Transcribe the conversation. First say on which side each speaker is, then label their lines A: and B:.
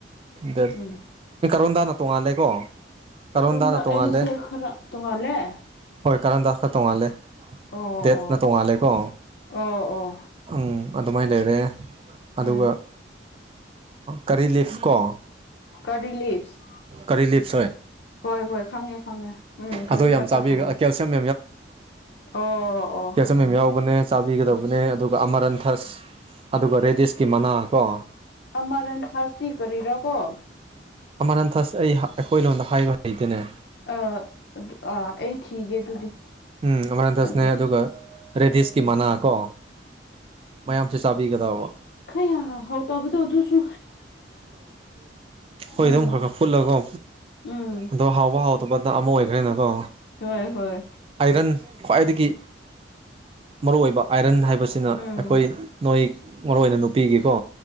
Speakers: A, on the right (about 30°); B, on the left (about 60°).
A: ꯗ
B: ꯎꯝ
A: ꯅꯣꯏ ꯀꯔꯣꯟꯗꯥꯅ ꯇꯣꯡꯉꯥꯜꯂꯦꯀꯣ
B: ꯀꯣꯝꯗ
A: ꯀꯔꯣꯟꯗꯥꯅ ꯇꯣꯡꯉꯥꯜꯂꯦ
B: ꯑꯩꯁꯦ ꯈꯔ ꯇꯣꯡꯉꯥꯜꯂꯦ
A: ꯍꯣꯏ ꯀꯔꯝꯗ ꯈꯔ ꯇꯣꯡꯉꯥꯜꯂꯦ
B: ꯑꯣ
A: ꯗꯦꯠꯅ
B: ꯑꯣ
A: ꯇꯣꯡꯉꯥꯜꯂꯦꯀꯣ
B: ꯑꯣ ꯑꯣ
A: ꯎꯝ ꯑꯗꯨꯃꯥꯏꯅ ꯂꯩꯔꯦ ꯑꯗꯨꯒ
B: ꯎꯝ
A: ꯀꯔꯤ ꯂꯤꯐ ꯀꯣ
B: ꯀꯔꯤ ꯂꯤꯞꯁ
A: ꯀꯔꯤ ꯂꯤꯞꯁꯣꯏ
B: ꯍꯣꯏ ꯍꯣꯏ ꯈꯪꯉꯦ ꯈꯪꯉꯦ ꯎꯝ ꯀꯔꯤ
A: ꯑꯗꯣ ꯌꯥꯝ
B: ꯄꯇꯥ
A: ꯆꯥꯕꯤꯒ
B: ꯈꯪꯉꯦ
A: ꯀꯦꯜꯁꯤꯌꯝ
B: ꯑꯣ ꯑꯣ
A: ꯀꯩꯁꯦꯝ ꯌꯥꯎꯕꯅꯦ ꯆꯥꯕꯤꯒꯗꯕꯅꯦ ꯑꯗꯨꯒ ꯑꯃꯔꯟꯊꯁ ꯑꯗꯨꯒ ꯔꯦꯗꯤꯁꯀꯤ ꯃꯅꯥ ꯀꯣ
B: ꯑꯃꯔꯟ ꯁꯁꯤ ꯀꯔꯀꯣ
A: ꯑꯃꯔ ꯅꯟꯊꯛꯁ ꯑꯩ ꯑꯩꯈꯣꯏ ꯂꯣꯟꯗ ꯍꯥꯏꯕ ꯍꯩꯗꯅꯦ
B: ꯑ ꯑꯗꯨ ꯑꯥ ꯑꯩ ꯊꯤꯒꯦ ꯑꯗꯨꯗꯤ
A: ꯎꯝ ꯑꯃꯔꯟꯊꯁꯅꯦ
B: ꯑꯗꯨ
A: ꯑꯗꯨꯒ ꯔꯦꯗꯤꯁꯀꯤ ꯃꯅꯥꯀꯣ ꯃꯌꯥꯝꯁꯦ ꯆꯥꯕꯤꯒꯗꯧꯕ
B: ꯈꯩ ꯍꯥꯎ ꯇꯥꯕꯗ ꯑꯗꯨꯁꯨ
A: ꯍꯈꯣꯏ
B: ꯎꯝ
A: ꯑꯗꯨꯝ ꯈꯔ ꯈꯔ ꯐꯨꯠꯂꯒꯣ
B: ꯎꯝ
A: ꯑꯗꯣ ꯍꯥꯎꯕ ꯍꯥꯎꯇꯕꯅ ꯑꯃ ꯑꯣꯏꯈ꯭ꯔꯦꯅꯀꯣ
B: ꯍꯣꯏ ꯍꯣꯏ
A: ꯑꯥꯏꯔꯟ ꯈ꯭ꯋꯥꯏꯗꯒꯤ ꯃꯔꯨꯏꯕ ꯑꯥꯏꯔꯟ ꯍꯥꯏꯕꯁꯤꯅ
B: ꯎꯝ
A: ꯑꯩꯈꯣꯏ ꯅꯣꯏ ꯃꯔꯨ ꯑꯣꯏꯅ ꯅꯨꯄꯤꯒꯤꯀꯣ